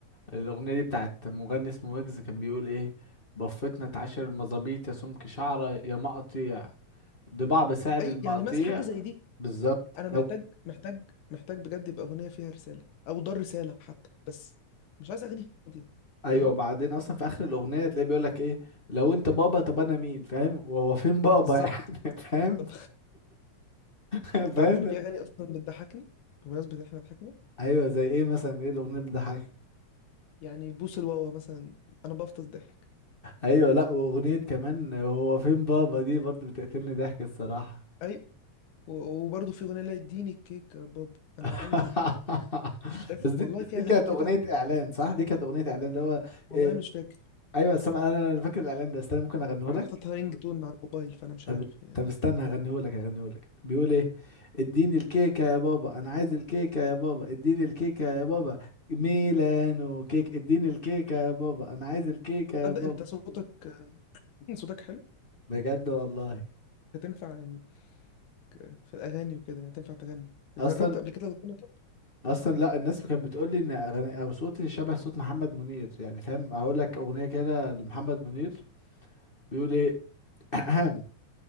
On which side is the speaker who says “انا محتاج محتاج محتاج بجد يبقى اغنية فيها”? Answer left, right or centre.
Left